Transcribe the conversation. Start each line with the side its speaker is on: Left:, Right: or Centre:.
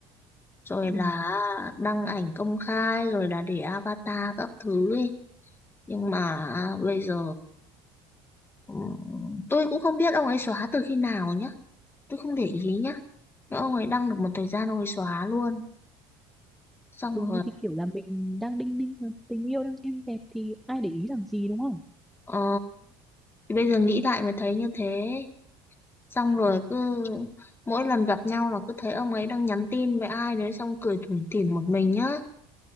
Left: rồi
Centre: Ừ.
Left: là đăng ảnh công khai rồi là để avatar các thứ ấy nhưng mà à, bây giờ ừm, tôi cũng không biết ông ấy xóa từ khi nào nhá tôi không để ý nhá nhưng ông ấy đăng được một thời gian ông ấy xóa luôn xong
Centre: ừ
Left: rồi
Centre: thì kiểu là mình đang đinh ninh mà, tình yêu đang êm đẹp thì ai để ý làm gì đúng không?
Left: ờ thì bây giờ nghĩ lại mới thấy như thế xong rồi cứ mỗi lần gặp nhau là cứ thấy ông ấy đang nhắn tin với ai đấy xong cười tủm tỉm một mình nhá